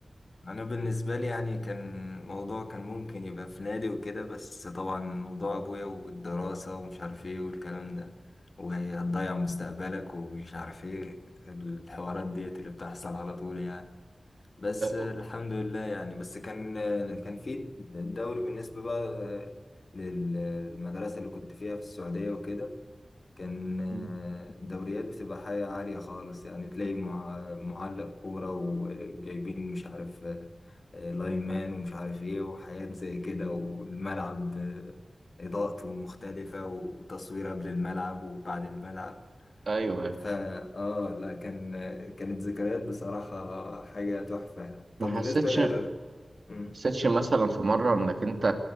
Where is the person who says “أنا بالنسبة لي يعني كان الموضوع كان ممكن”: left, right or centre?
Left